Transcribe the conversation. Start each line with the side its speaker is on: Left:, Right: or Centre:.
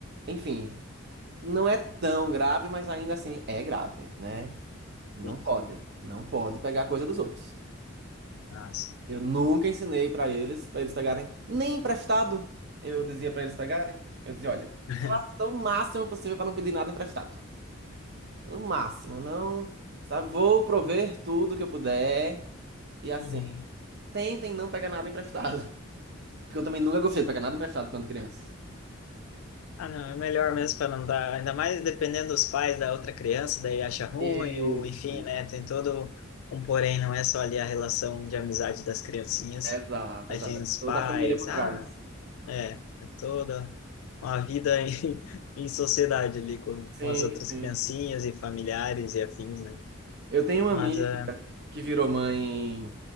Right: Enfim, não é tão grave, mas ainda assim é grave, né? Não
Left: Sim.
Right: pode. Não pode pegar coisa dos outros.
Left: Ah, sim.
Right: Eu nunca ensinei pra eles, pra eles pegarem, nem emprestado. Eu dizia pra eles pegarem. Eu dizia, olha, faça
Left: <laughs>
Right: o máximo possível pra não pedir nada emprestado. O máximo, não, sabe? Vou prover tudo que eu puder e assim,
Left: Uhum.
Right: tentem não pegar nada emprestado, <laughs> porque eu também nunca gostei de pegar nada emprestado quando criança.
Left: Ah, não, é melhor mesmo para não dar, ainda mais dependendo dos pais da outra criança, daí acha ruim,
Right: Isso,
Left: ou enfim, né? Tem todo um porém, não é só ali a relação de amizade das criancinhas.
Right: exato,
Left: Aí
Right: exato.
Left: tem os
Right: Toda
Left: pais,
Right: a família por
Left: ah,
Right: trás.
Left: É, é toda uma vida em, <laughs> em sociedade ali com,
Right: Sim,
Left: com as outras
Right: sim.
Left: criancinhas e familiares e afins, né?
Right: Eu tenho uma
Left: Mas
Right: amiga
Left: é.
Right: que virou mãe